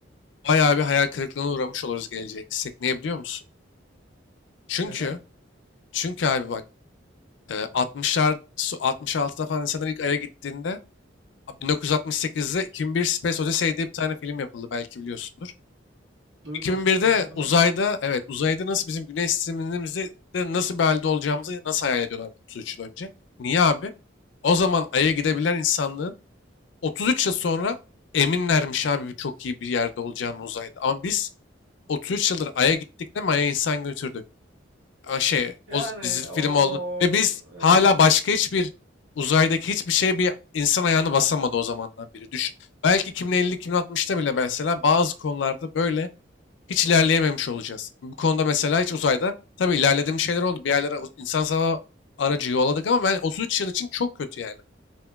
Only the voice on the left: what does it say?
Bayağı bir hayal kırıklığına uğramış oluruz geleceğe gitsek. Niye biliyor musun? Çünkü
çünkü abi bak e, 60'lar su- 66'da falan insanlar ilk Ay'a gittiğinde Abi 1968'de 2001 Space Odyssey diye bir tane film yapıldı belki biliyorsundur.
2001'de
uzayda
evet uzayda nasıl bizim güneş sistemimizde de nasıl bir halde olacağımızı nasıl hayal ediyorlar 33 yıl önce. Niye abi? O zaman Ay'a gidebilen insanlığın 33 yıl sonra eminlermiş abi çok iyi bir yerde olacağını uzayda. Ama biz 33 yıldır Ay'a gittik de Ay'a insan götürdük a, şey
o s- dizi film
oldu. Ve biz
hala başka hiçbir uzaydaki hiçbir şeye bir insan ayağını basamadı o zamandan beri. Düşün. Belki 2050, 2060'ta bile mesela bazı konularda böyle hiç ilerleyememiş olacağız. Bu konuda mesela hiç uzayda tabii ilerlediğim şeyler oldu. Bir yerlere o- insan sava aracı yolladık ama ben 33 yıl için çok kötü yani.